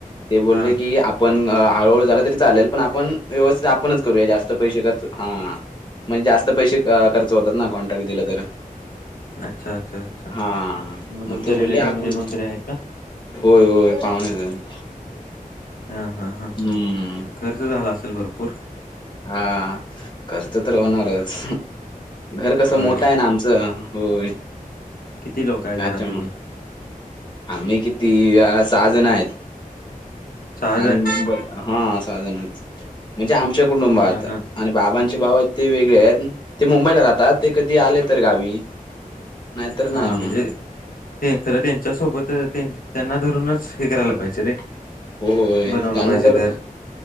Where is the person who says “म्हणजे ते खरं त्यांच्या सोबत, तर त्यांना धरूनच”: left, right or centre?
Left